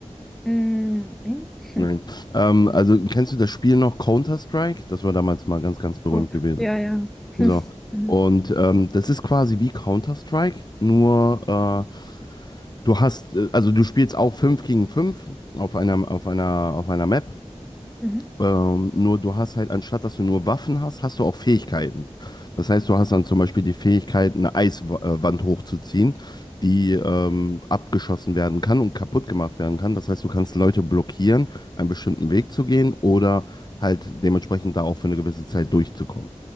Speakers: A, in the centre; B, on the left.
A: Mm, Nein. <laughs>
B: Nein.
A: Hm.
B: Ähm, also kennst du das Spiel noch Counter-Strike? Das war damals mal ganz, ganz berühmt
A: Oh,
B: gewesen.
A: ja, ja. <laughs>
B: So.
A: Hm.
B: Und ähm, das ist quasi wie Counter-Strike, nur äh, du hast, äh, also du spielst auch 5 gegen 5 auf einer, auf einer, auf einer Map.
A: Mhm.
B: Ähm, nur du hast halt, anstatt dass du nur Waffen hast, hast du auch Fähigkeiten. Das heißt, du hast dann zum Beispiel die Fähigkeit, eine Eiswand hochzuziehen, die ähm, abgeschossen werden kann und kaputt gemacht werden kann. Das heißt, du kannst Leute blockieren, einen bestimmten Weg zu gehen oder halt dementsprechend da auch für eine gewisse Zeit durchzukommen.